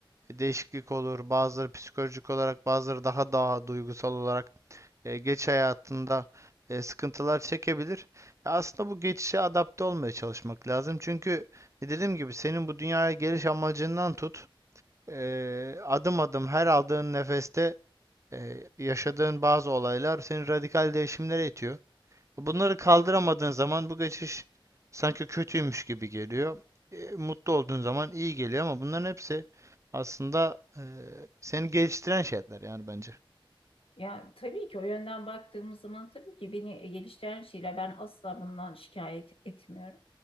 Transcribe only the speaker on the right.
değişiklik olur. Bazıları psikolojik olarak, bazıları daha daha duygusal olarak e, geç hayatında e, sıkıntılar çekebilir. E, Aslında bu geçişe adapte olmaya çalışmak lazım. Çünkü e, dediğim gibi senin bu dünyaya geliş amacından tut, e, adım adım her aldığın nefeste e, yaşadığın bazı olaylar seni radikal değişimlere itiyor. Bunları kaldıramadığın zaman bu geçiş sanki kötüymüş gibi geliyor. E, mutlu olduğun zaman iyi geliyor ama bunların hepsi aslında e, seni geliştiren şeyler yani bence.